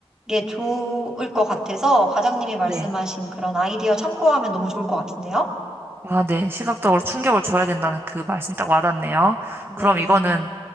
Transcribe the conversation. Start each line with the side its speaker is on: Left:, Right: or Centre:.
Centre: 게 좋을 것 같아서 과장님이 말씀하신
Right: 네.
Centre: 그런 아이디어 참고하면 너무 좋을 것 같은데요?
Right: 아, 네. 시각적으로 충격을 줘야 된다는 그 말씀 딱 와닿네요.
Centre: 네.
Right: 그럼 이거는,